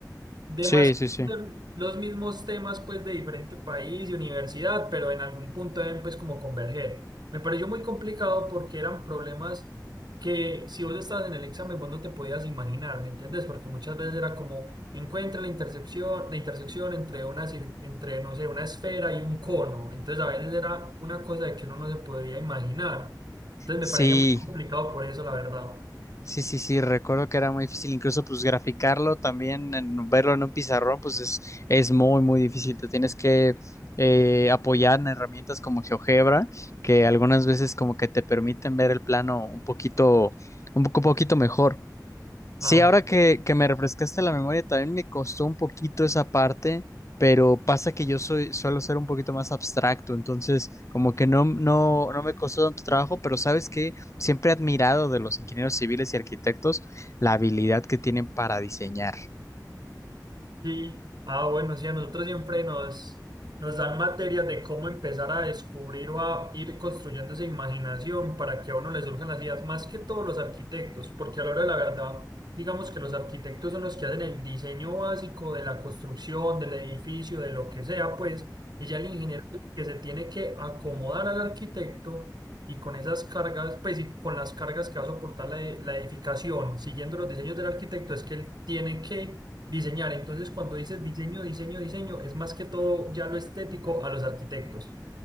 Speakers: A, on the right; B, on the left.
A: demás
B: Sí, sí, sí.
A: de los mismos temas pues de diferente país y universidad, pero en algún punto deben pues como converger. Me pareció muy complicado porque eran problemas que si vos estabas en el examen vos no te podías imaginar, ¿me entendés? Porque muchas veces era como encuentra la intersección, la intersección entre una cir- entre no sé, una esfera y un cono. Entonces a veces era una cosa de que uno no se podría imaginar. Entonces
B: Sí,
A: me parecía muy complicado por eso, la verdad.
B: sí, sí, sí, recuerdo que era muy difícil, incluso pues graficarlo también, en- verlo en un pizarrón, pues es, es muy, muy difícil, te tienes que eh, apoyar en herramientas como GeoGebra, que algunas veces como que te permiten ver el plano un poquito, un poco, poquito mejor.
A: Ah,
B: Sí, ahora que, que me refrescaste la memoria, también me costó un poquito esa parte, pero pasa que yo soy, suelo ser un poquito más abstracto, entonces como que no, no, no me costó tanto trabajo, pero sabes que siempre he admirado de los ingenieros civiles y arquitectos la habilidad que tienen para diseñar.
A: Sí, ah, bueno, sí, a nosotros siempre nos, nos dan materias de cómo empezar a descubrir o a ir construyendo esa imaginación para que a uno le surjan las ideas, más que todos los arquitectos, porque a la hora de la verdad, digamos que los arquitectos son los que hacen el diseño básico de la construcción, del edificio, de lo que sea, pues, y ya el ingeniero es el que se tiene que acomodar al arquitecto y con esas cargas, pues, y con las cargas que va a soportar la, e- la edificación, siguiendo los diseños del arquitecto, es que él tiene que Diseñar, entonces cuando dices diseño, diseño, diseño, es más que todo ya lo estético a los arquitectos.